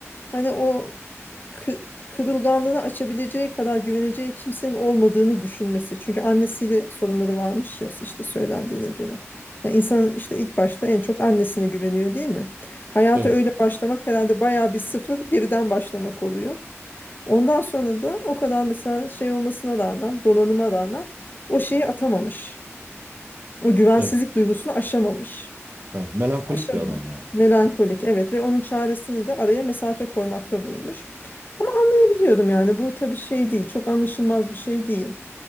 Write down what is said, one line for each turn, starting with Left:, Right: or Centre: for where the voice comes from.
Left: hani o kı- kırılganlığını açabileceği kadar güveneceği kimsenin olmadığını düşünmesi. Çünkü annesiyle sorunları varmış ya işte söylendiğine göre. Ya insan işte ilk başta en çok annesine güveniyor değil mi? Hayata
Right: Evet.
Left: öyle başlamak herhalde bayağı bir sıfır geriden başlamak oluyor. Ondan sonra da o kadar mesela şey olmasına rağmen, donanıma rağmen o şeyi atamamış. O güvensizlik
Right: Evet.
Left: duygusunu aşamamış.
Right: Evet. Melankolik
Left: Aşamamış.
Right: bir adam yani.
Left: Melankolik evet ve onun çaresini de araya mesafe koymakta bulmuş. Ama anlayabiliyorum yani bu tabii şey değil, çok anlaşılmaz bir şey değil.